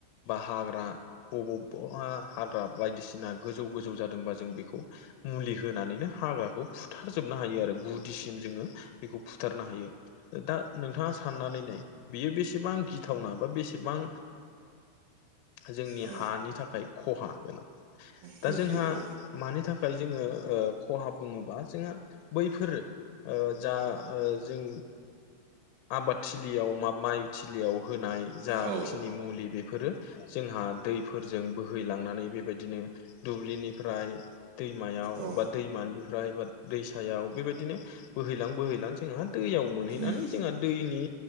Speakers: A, on the left (about 85°); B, on the right (about 75°).
A: बा हाग्रा बबावबा हाग्रा बायदिसिना गोजौ गोजौ जादोंबा जों बेखौ। मुलि होनानैनो हाग्राखौ फुथारजोबनो हायो आरो गुदिसिम जोङो बेखौ फुथारनो हायो। दा नोंथाङा साननानै नाय। बियो बेसेबां गिथावना बा बेसेबां। जोंनि
B: औ
A: हानि थाखाय खहा गोनां दा
B: गाज्रि
A: जोंहा।
B: औ
A: मानि थाखाय जोङो खहा बुङोबा जोङो बैफोरो। जा जों आबादथिलियाव माबा। माइ थिलियाव होनाय जाखिनि
B: औ
A: मुलि बेफोरो। जोंहा दैफोरजों बोहैलांनानै बेबायदिनो दुब्लिनिफ्राय। दैमायाव
B: औ
A: बा दैमानिफ्राय बा दैसायाव बेबायदिनो। बोहैलां बोहैलां जोंहा दैयाव मोनहैनानै
B: उम
A: जोंहा दैनि।